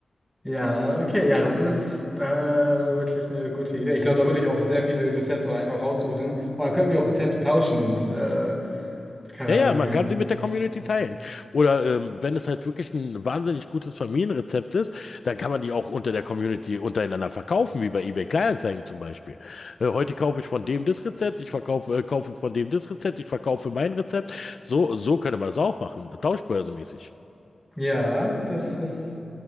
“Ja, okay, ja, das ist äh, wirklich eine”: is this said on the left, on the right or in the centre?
Centre